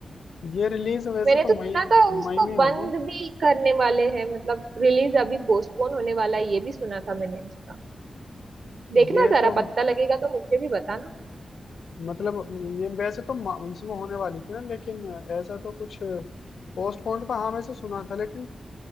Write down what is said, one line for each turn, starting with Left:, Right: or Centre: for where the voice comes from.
Left: ये रिलीज वैसे
Right: मैंने
Left: तो
Right: तो सुना
Left: मई
Right: था उसको
Left: मई में
Right: बंद
Left: होगी
Right: भी करने वाले हैं मतलब रिलीज अभी पोस्टपोन होने वाला है ये भी सुना था मैंने उसका देखना
Left: ये
Right: जरा
Left: तो
Right: पता लगेगा तो मुझे भी बताना
Left: मतलब ये वैसे तो मा- इसमें होने वाली थी ना लेकिन ऐसा तो कुछ पोस्टपोन्ड का हाँ वैसे सुना था लेकिन